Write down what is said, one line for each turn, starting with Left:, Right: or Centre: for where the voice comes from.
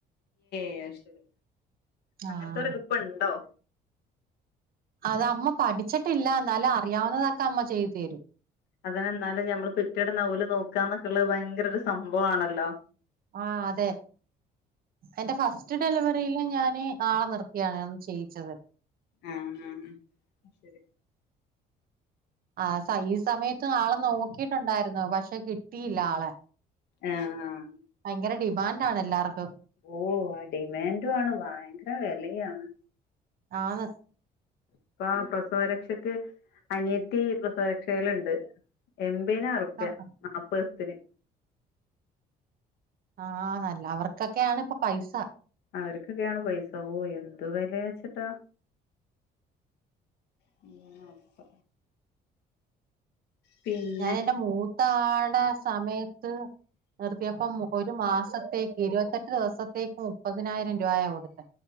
Left: ഏഹ് ശരി അങ്ങത്തേരെക്കെ
Right: ആഹ്
Left: ഇപ്പണ്ടോ
Right: അത് അമ്മ പഠിച്ചിട്ടില്ല എന്നാലും അറിയാവുന്നതൊക്കെ അമ്മ ചെയ്തു തരും
Left: അതിനെന്നാലും ഞമ്മള് പെറ്റട് ന്നാ ഓല് നോക്കാന്ന് ക്കെളളത്‌ ഭയങ്കര ഒരു സംഭവാണല്ലോ
Right: ആഹ് അതെ എന്റെ ഫസ്റ്റ് ഡെലിവറിയില് ഞാൻ ആളെ നിർത്തിയാണ് ചെയ്യിച്ചത്.
Left: ഉം ഉം ശരി
Right: ആഹ് സ ഈ സമയത്തും ആളെ നോക്കിട്ടുണ്ടായിരുന്നു പക്ഷെ കിട്ടിയില്ല ആളെ
Left: എഹ് ആഹ്
Right: ഭയങ്കര ഡിമാൻഡ് ആണ് എല്ലാർക്കും
Left: ഓഹ് ആഹ് ഡിമാൻഡു ആണ് ഭയങ്കര വെലയാണ്
Right: ആന്ന്
Left: പ്പോം പ്രസവരക്ഷയ്ക്ക് അനിയത്തി പ്രസവരക്ഷയില്ണ്ട്. എംബിനാര പ്യാ.
Right: ആഹ്
Left: നാൽപ്പേസ്ത്തിന്
Right: ആഹ് അല്ലവർക്കൊക്കെയാണ് ഇപ്പ പൈസ
Left: അവര്ക്കൊക്കെയാണ് പൈസ ഓഹ് എന്തു വെലയാച്ചി ട്ടാ <unintelligible> അവസ്ഥ പിന്നെ
Right: ഞാൻ എന്റെ മൂത്ത ആൾടെ സമയത്ത് നിർത്തിയപ്പം ഒരു മാസത്തേക്ക് ഇരുവത്തെട്ട് ദിവസത്തേക്ക് മുപ്പതിനായിരം രുവായാ കൊടുത്തെ